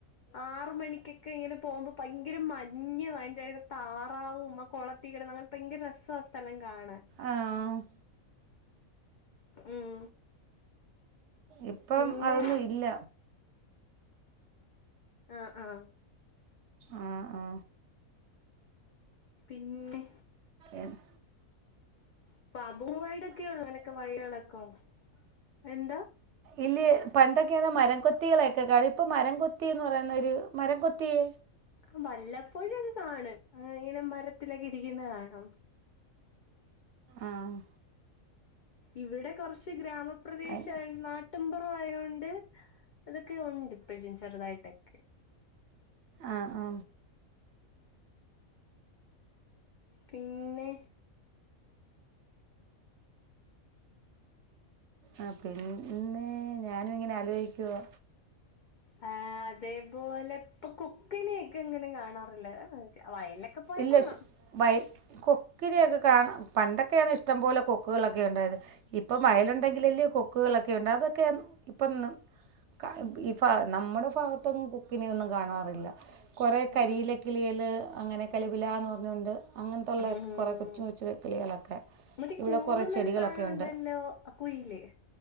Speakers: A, on the left; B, on the right.
A: ആറ് മണിക്കക്കെ ഇങ്ങനെ പോകുമ്പോ ഭയങ്കര മഞ്ഞ് ഭയങ്കര താറാവും ആ കൊള തീ കിടന്നഅങ്ങനെ ഭയങ്കര രസ ആ സ്ഥലം കാ കാണാൻ
B: ആ.
A: ഉം.
B: ഇപ്പം
A: പിന്നെ
B: അതൊന്നും ഇല്ല.
A: ആ ആ.
B: ആ ആ
A: പിന്നെ
B: ഏന്ന്
A: <unintelligible> എന്താ
B: ഇല്ല് പണ്ടക് ക്യോന്ന്ആ മരകൊത്തികളെകെ കാള് ഇപ്പം മരം തൊത്തി എന്ന് പറയ്ന്നൊര് മരംകൊത്തിയേ
A: ആ വല്ലപ്പോഴൊക്കെ കാണും ഇങ്ങനെ മരത്തിലക്കെ ഇരിക്ക്ന്ന് കാണും.
B: ആഹ്
A: ഇവിടെ കൊറച്ച് ഗ്രാമപ്രദേശ്‌യാ
B: അയിന്
A: നാട്ട്മ്പൊറം ആയോണ്ട് അതെക്കെ ഉണ്ട് ഇപ്പഴും ചെറ്തായ്ട്ടൊക്കെ
B: ആ ആ
A: പിന്നെ
B: ആ പിന്നെ ഞാനും ഇങ്ങനെ ആ ലൊയ്കുവാ
A: ആ അതേപോലെ ഇപ്പൊ കുക്കിനെക്കെ ഇങ്ങനെ കാണാറില്ല <unintelligible> വയൽലൊക്കെ പോയാകാണാം
B: ഇല്ല വയൽ കൊക്കിനെയൊക്കെ കാണ പണ്ടൊക്കെയാണ് ഇഷ്ടം പോലെ കൊക്കുകളൊക്കെ ഉണ്ടായത് ഇപ്പം വയലുണ്ടെങ്കിലല്ലേ കൊക്കുകളെക്കെയുണ്ട് അതൊക്കെന് ഇപ്പൊന്ന് കഹ് ഇ ഫഹ് നമ്മുടെ ഫാഗത്തൊന്നും കുക്കിനെയൊന്നും കാണാറില്ല. കൊറേ
A: ഉം
B: കരിയില കിളിയള് അങ്ങനെ കല പിലാന്ന് പറഞ്ഞോണ്ട് അങ്ങൻതൊള്ളേ
A: ഉം
B: കൊറെ കൊച്ചു കൊച്ചു കിളികളെക്കെ
A: മറ്റേ
B: ഇവിടെ
A: കൂവുന്നൊരു
B: കൊറെചെടികളൊക്കെ
A: സാധനം
B: ഉണ്ട്.
A: ഉണ്ടല്ലോ കുയില്